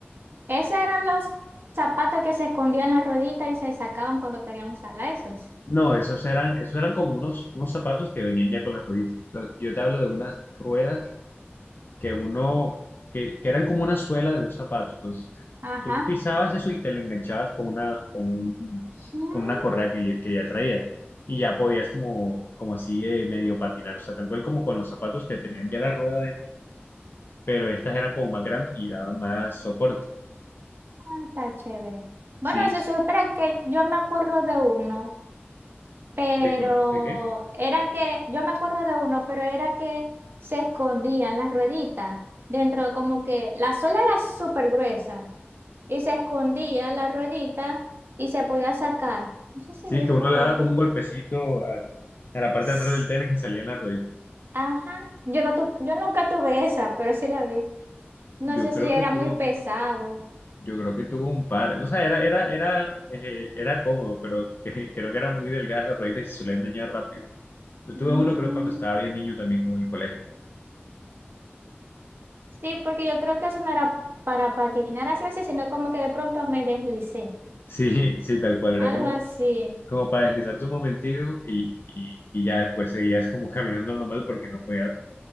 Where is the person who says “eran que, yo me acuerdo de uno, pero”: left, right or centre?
Right